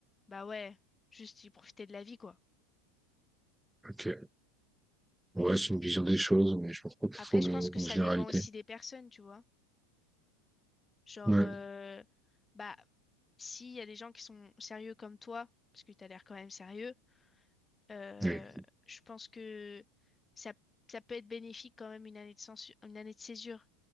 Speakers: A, on the left; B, in the centre.
A: bah ouais, juste il profitait de la vie, quoi.
B: Ok. Ouais, c'est une vision des choses, mais je pense pas que c'est
A: Après,
B: trop
A: je
B: le-
A: pense que
B: une
A: ça
B: généralité.
A: dépend aussi des personnes, tu vois. Genre,
B: Ouais.
A: euh, bah, s'il y a des gens qui sont sérieux comme toi, parce que t'as l'air quand même sérieux, Euh,
B: Oui.
A: je pense que ça, ça peut être bénéfique quand même une année de censu- une année de césure.